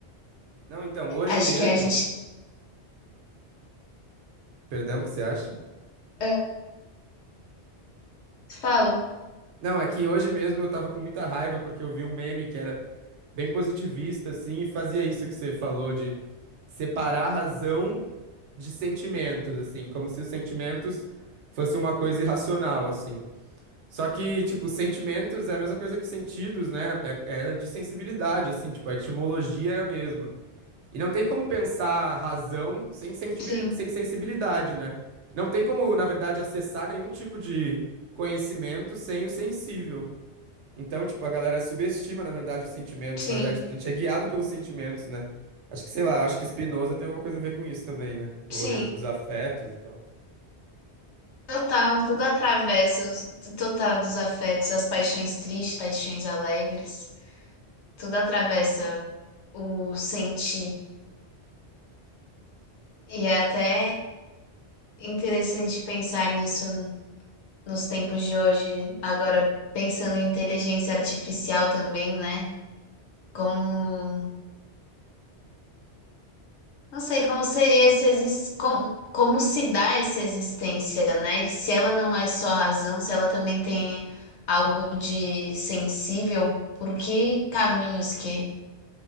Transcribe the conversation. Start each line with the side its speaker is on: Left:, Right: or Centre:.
Right: Não, então, hoje
Left: acho
Right: mesmo.
Left: que a gente
Right: Perdão, o que você acha?
Left: é, fala.
Right: Não, é que hoje mesmo eu tava com muita raiva porque eu vi um meme que era bem positivista, assim, e fazia isso que você falou de separar razão de sentimentos, assim, como se os sentimentos fosse uma coisa irracional, assim. Só que, tipo, sentimentos é a mesma coisa que sentidos, né? É, é de sensibilidade, assim, tipo, a etimologia é a mesma. E não tem como pensar razão sem sensibili-
Left: Sim,
Right: sem sensibilidade, né? Não tem como, na verdade, acessar nenhum tipo de conhecimento sem o sensível. Então, tipo, a galera subestima, na verdade, os sentimentos.
Left: sim,
Right: Na verdade, a gente é guiado pelos sentimentos, né? Acho que, sei lá, acho que Spinoza tem alguma coisa a ver com isso também, né? O
Left: sim.
Right: rolê de- dos afetos e tal.
Left: Total, tudo atravessa, os- total dos afetos, as paixões tristes, paixões alegres, tudo atravessa o sentir. E é até interessante pensar nisso nos tempos de hoje, agora pensando em inteligência artificial também, né? Como, não sei, como seria essa exis- como, como se dá essa existência, né? E Se ela não é só razão, se ela também tem algo de sensível, por que caminhos que,